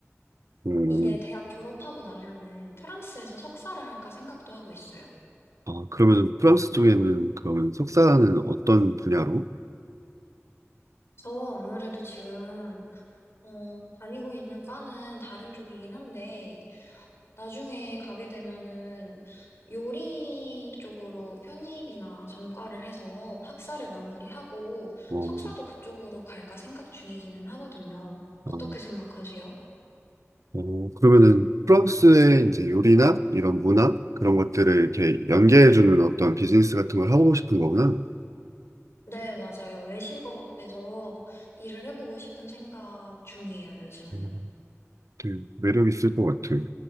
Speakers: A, on the right (about 90°); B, on the left (about 55°).
A: 음.
B: 이제 대학 졸업하고 나면은 프랑스에서 석사를 할까 생각도 하고 있어요.
A: 아, 그러면 프랑스 쪽에는 그런 석사는 어떤 분야로?
B: 저 아무래도 지금, 어, 다니고 있는 과는 다른 쪽이긴 한데, 나중에 가게 되면은 요리 쪽으로 편입이나 전과를 해서 학사를 마무리하고
A: 어,
B: 석사도 그쪽으로 갈까 생각 중이기는 하거든요.
A: 어,
B: 어떻게 생각하세요?
A: 어, 그러면은 프랑스의 이제 요리나 이런 문화 그런 것들을 이렇게 연계해주는 어떤 비즈니스 같은 걸 하고 싶은 거구나.
B: 네, 맞아요. 외식업에서 일을 해보고 싶은 생각 중이에요, 요즘은.
A: 음, 되게 매력 있을 것 같아.